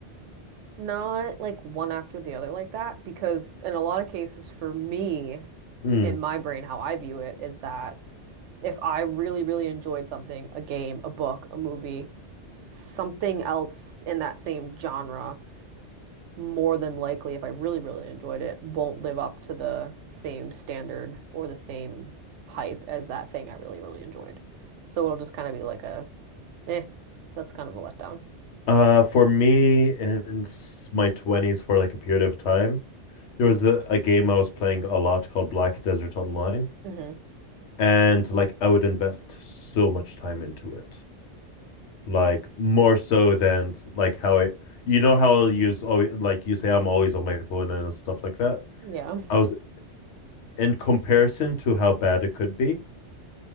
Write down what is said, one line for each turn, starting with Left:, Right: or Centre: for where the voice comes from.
Right: Not like one after the other like that because in a lot of cases for me
Left: Mm.
Right: in my brain how I view it is that if I really, really enjoyed something, a game, a book, a movie, something else in that same genre, more than likely, if I really, really enjoyed it, won't live up to the same standard or the same hype as that thing I really, really enjoyed. So it'll just kind of be like a, eh, that's kind of a letdown.
Left: Uh, for me in s- my 20s for like a period of time, There was a, a game I was playing a lot called Black Desert Online,
Right: hmm
Left: and like I would invest so much time into it, like more so than like how I, you know, how I'll use always like you say I'm always on my phone and stuff like that.
Right: Yeah,
Left: I was in comparison to how bad it could be.